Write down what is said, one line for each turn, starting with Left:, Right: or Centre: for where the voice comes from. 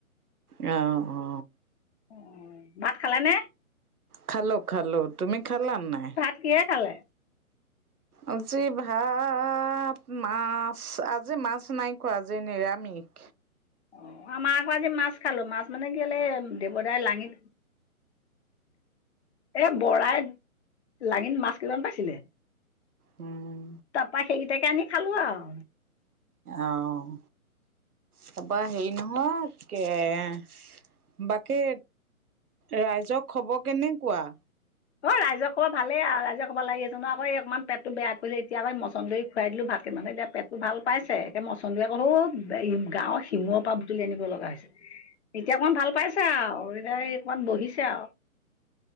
Right: অ', অ'।
Left: অ ভাত খালে নে?
Right: খালোঁ খালোঁ তুমি খালানে নাই?
Left: কিহেৰে খালে?
Right: আজি ভাত মাছ আজি মাছ নাই কোৱা আজি নিৰামিষ
Left: অ, ' আমাৰ আকৌ আজি মাছ খালো, মাছ মানে কি হ'ল দেৱদাই লাঙিত এ বৰাই লাঙিন মাছ কেইটা মান পাইছিলে।
Right: উম।
Left: তাৰপা সেইকেইটাকে আনি খালো আৰু
Right: আহ'। তাৰপাৰ হেৰি নহয় বাকি ৰাইজৰ খবৰ কেনেুৱা?
Left: অ, ' ৰাইজ খবৰ ভালে ৰাইজে ক'ব নালাগে ন আকৌ অকমান পেটটো বেয়া কৰিলে এতিয়া আই মচন্দৰি খুৱাই দিলো ভাতকে নহ দে পেটটো ভাল পাইছে, একে মচন্দৰি অকনো সৌ গাঁৱৰ শিমূৰ পৰা বুটলি আনিব লগা হৈছে। এতিয়া অকমান ভাল পাইছো আৰু এতিয়া অকমান বহিছে আৰু